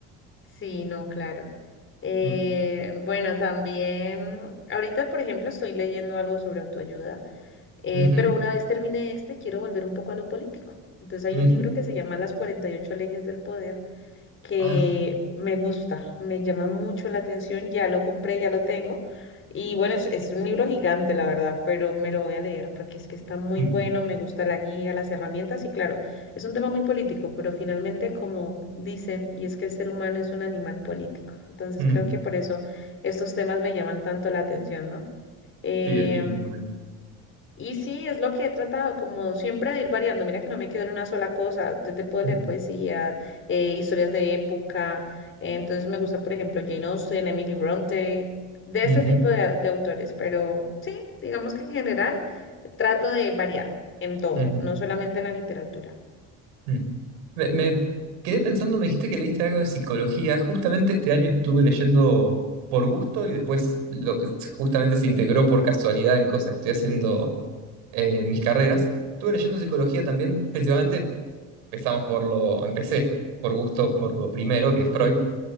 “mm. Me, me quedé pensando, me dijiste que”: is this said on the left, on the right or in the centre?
Right